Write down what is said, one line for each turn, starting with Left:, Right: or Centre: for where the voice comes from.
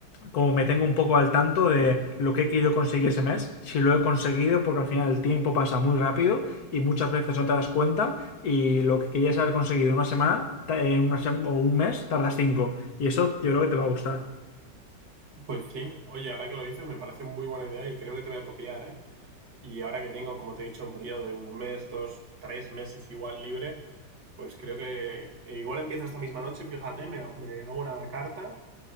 Left: como me tengo un poco al tanto de lo que he querido conseguir ese mes, si lo he conseguido, porque al final el tiempo pasa muy rápido y muchas veces no te das cuenta y lo que querías haber conseguido en una semana en una sem- o un mes tardas cinco y eso yo creo que te va a gustar.
Right: Pues sí, oye, ahora que lo dices me parece muy buena idea y creo que te voy a copiar, ¿eh? Y ahora que tengo, como te he dicho, un periodo de un mes, dos, tres meses igual libre, pues creo que e igual empiezo esta misma noche, fíjate, me, me hago una carta